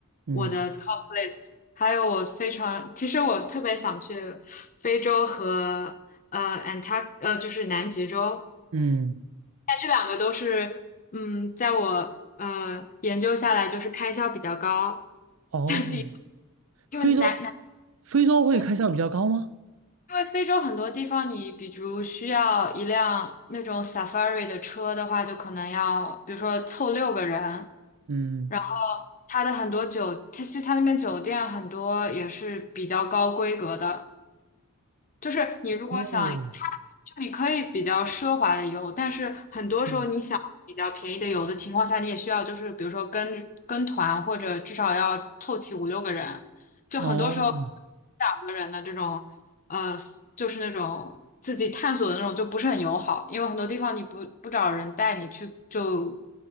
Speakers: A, on the right; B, on the left.
A: 嗯
B: 我的 top list，还有我非常，其实我特别想去非洲和呃 a n t a r 呃就是南极洲。
A: 嗯
B: 但这两个都是，嗯，在我呃研究下来，就是开销比较高
A: 哦，
B: 的地方，因为南南
A: 非洲，非洲会开销比较高吗？
B: 非，因为非洲很多地方，你比如需要一辆那种 safari 的车的话，就可能要，比如说凑六个人，
A: 嗯
B: 然后它的很多酒，它其实它那边酒店很多也是比较高规格的，就是你如果想
A: 哦，
B: 你可以比较奢华的游，但是很多时候你想比较便宜的游的情况下，
A: 嗯
B: 你也需要就是比如说跟跟团或者至少要凑齐五六个人，就很多时候
A: 哦，
B: 两个人的这种呃就是那种自己探索的那种就不是很友好，因为很多地方你不不找人带你去，就